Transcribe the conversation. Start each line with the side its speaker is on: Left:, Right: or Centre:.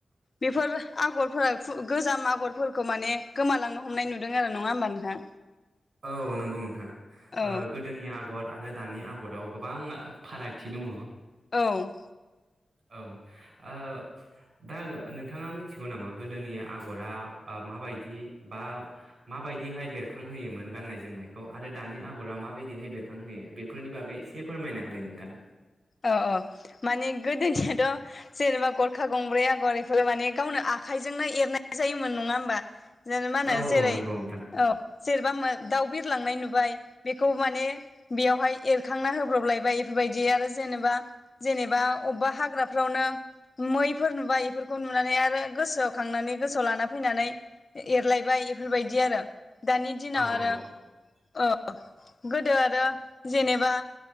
Left: बेफोर आगरफोरा फु गोजाम आगरफोरखौ माने गोमालांनो हमनाय नुदों आरो नङा होमबा नोंथां
Right: औ नंगौ नोंथां
Left: औ
Right: ओ गोदोनि आ आगर आरो दानि आगराव गोबां फारागथि दङ
Left: औ
Right: औ ओ दा नोंथाङा मिथिगौ नामा गोदोनि आगरा ओ माबायदि बा माबाय दिहाय बेरखांहोयोमोन गाननाय जोमनायखौ आरो दानि आगरा माबायदिहाय बेरखांहोयो बेफोरनि बागै एसे फोरमायना होलाय नोंथां
Left: औ औ माने गोदोनियाथ' जेनेबा गरखा गंब्रै आग'र बेफोर माने गावनो आखाइजोंनो एरनाय जायोमोन नङा होमबा जेनेबा मा
Right: औ
Left: होनो जेरै
Right: औ नंगौ नोंथां
Left: औ जेनेबा दाउ बिरलांनाय नुबाय बेखौ माने बेयावहाय एरखांना होब्रबलायबाय बेफोर बायदि आरो जेनेबा जेनेबा अबबा हाग्रा फ्रावनो मैफोर नुबाय बेफोरखौ नुनानै आरो गोसोआव खांनानै गोसोआव लाना फैनानै एरलायबाय इफोरबायदि आरो दानि दिनाव
Right: औ
Left: आरो
Right: औ
Left: ओ गोदो आरो जेनेबा